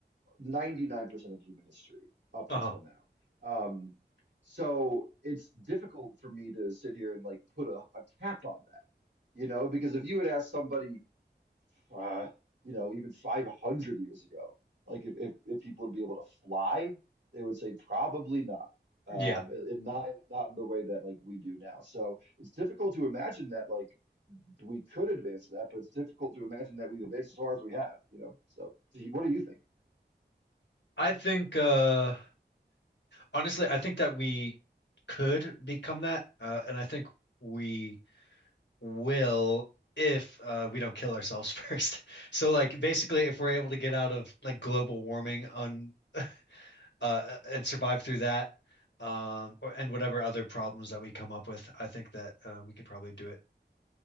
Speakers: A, on the right; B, on the left.
A: 99% of human history up
B: Uh-huh.
A: until now. Um, so it's difficult for me to sit here and like put a, a cap on that, you know, because if you had asked somebody uh, you know, even 500 years ago. Like if, if, if people would be able to fly, they would say probably not. Um,
B: Yeah.
A: and not not in the way that like we do now. So it's difficult to imagine that like we could advance to that, but it's difficult to imagine that we've advanced as far as we have, you know. So do you- what do you think?
B: I think uh honestly, I think that we could become that uh and I think we will if uh we don't kill ourselves <laughs> first. So like basically if we're able to get out of like global warming on uh and survive through that um or, and whatever other problems that we come up with, I think that uh, we could probably do it.